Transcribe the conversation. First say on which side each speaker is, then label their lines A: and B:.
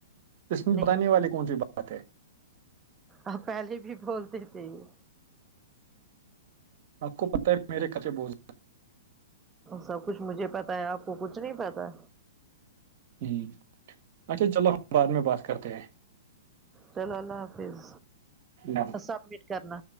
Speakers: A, on the right; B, on the right.
A: کسم
B: نہیں
A: بتانے والی کون سی بات ہے
B: آ پہلے بھی بولتے تھے یہ
A: آپ کو پتتا ہے میرے کطے بوھ
B: سب کچھ مجھے پتا ہے آپ کو کچھ نہیں پتا
A: ہوں اچھا چلو ہم بعد میں بات کرتے ہیں
B: چلو اللہ حافظ
A: ہیں
B: سبمٹ کرنا